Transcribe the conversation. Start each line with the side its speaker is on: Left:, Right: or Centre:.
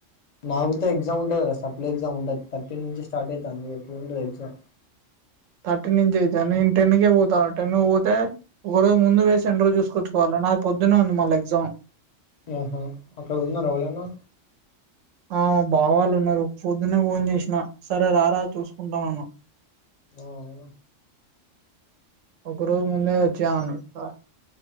Left: మాకుతే ఎగ్జామ్ ఉంటుంది కాద సప్లై ఏగ్జామ్ ఉంటది థర్టీన్ నుంచి స్టార్ట్ అయ్తాంది. ఎప్పుడుంటంది ఎగ్జామ్
Right: థర్టీన్ నుంచి అయితే నేను టెన్ కే పోతాను టెన్కు పోతే ఒక రోజు ముందుక్ పోయ్ సెంటర్ చూస్ కోర్చువాలి నాక్ పొద్దున ఉంది మళ్ళ ఎగ్జామ్
Left: ఆహా అక్కడ ఉన్నారు ఎవళన్నా
Right: అ బావ వాళ్ళు ఉన్నారు పొద్దున్నే ఫోన్ చేస్నా సరే రారా చూసుకుంటానన్నా
Left: ఆ ఆ
Right: ఒక రోజు ముందే వచ్చాయ్ అన్ అన్నాడు